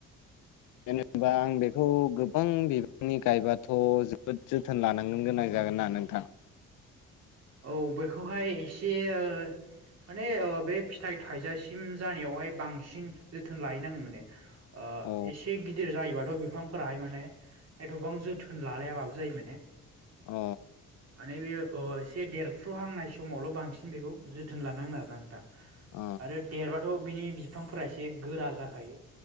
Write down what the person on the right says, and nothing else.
औ बेखौहाय एसे ओ माने ओ बे फिथाइ थाइजासिम जानायावहाय बांसिन जोथोन लाहै नाङो माने। ओ
एसे गिदिर जायोबाथ' बि फांफोराहाय माने एथ'बां जोथोन लालायाबाबो जायो माने।
माने बेयो ओ एसे देरफ्रु हांनाय समावल' बांसिन बेखौ जोथोन लानांगोन आरोना नोंथां।
आरो देरबाथ' बिनि बिफांफोरा एसे गोरा जाखायो।